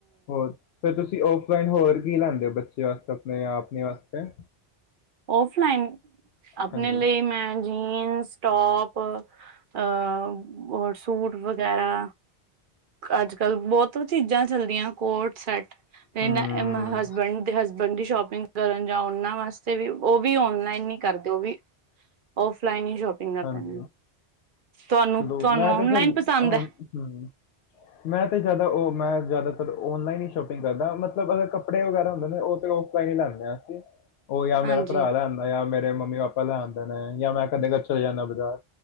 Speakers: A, on the left; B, on the right.
A: ਹੋਰ, ਫਿਰ ਤੁਸੀਂ ਔਫਲਾਈਨ ਹੋਰ ਕੀ ਲੈਂਦੇ ਓ ਬੱਚੇ ਵਾਸਤੇ, ਆਪਣੇ-ਆਪਨੇ ਵਾਸਤੇ?
B: ਔਫਲਾਈਨ? ਆਪਣੇ
A: ਹਾਂਜੀ
B: ਲਈ ਮੈਂ ਜੀੰਸ, ਟੋਪ ਅ ਓਰ ਸੂਟ ਵਗੈਰਾ ਅੱਜ ਕੱਲ ਬਹੁਤ ਚੀਜ਼ਾਂ ਚੱਲਦੀਆਂ ਕੋਡ-ਸੈਟ
A: ਹਮ
B: ਇੰਨਾਂ- ਇੰਨਾ ਹਸਬੈਂਡ ਦੇ ਹਸਬੈਂਡ ਦੀ ਸ਼ੋਪਿੰਗ ਕਰਨ ਜਾਂ ਓਹਨਾਂ ਵਾਸਤੇ ਉਹ ਵੀ ਓਨਲਾਈਨ ਨੀ ਕਰਦੇ ਓਵੀ, ਓਫਲਾਈਨ ਹੀ ਸ਼ੋਪਿੰਗ ਕਰਦੇ
A: ਹਾਂਜੀ
B: ਨੇ। ਤੁਹਾਨੂੰ
A: ਚਲੋ
B: ਤੁਹਾਨੂੰ
A: ਮੈਂ ਤੇ
B: ਔਨਲਾਈਨ
A: ਫੇਰ, ਅ
B: ਪਸੰਦ ਹੈ
A: ਹੂੰ ਮੈਂ ਤੇ ਜਿਆਦਾ ਓਹ ਮੈਂ ਜਿਆਦਾਤਰ ਔਨਲਾਈਨ ਹੀ ਸ਼ੋਪਿੰਗ ਕਰਦਾ, ਮਤਲਬ ਅਗਰ ਕੱਪੜੇ ਵਗੈਰਾ ਹੁੰਦੇ ਨੇ ਓਹ ਚਲੋ ਓਹ ਕੋਈ ਨੀ ਲੈਂਦੇ ਅਸੀਂ। ਓਹ ਯਾਂ ਮੇਰਾ
B: ਹਾਂਜੀ
A: ਭਰਾ ਲੈ ਆਂਦਾ ਜਾਂ ਮੇਰੇ ਮੰਮੀ ਪਾਪਾ ਲੈ ਆਂਦੇ ਨੇ, ਯਾਂ ਮੈਂ ਕਦੇ- ਕਦੇ ਚਲੇ ਜਾਂਨਾ ਬਾਜਾਰ।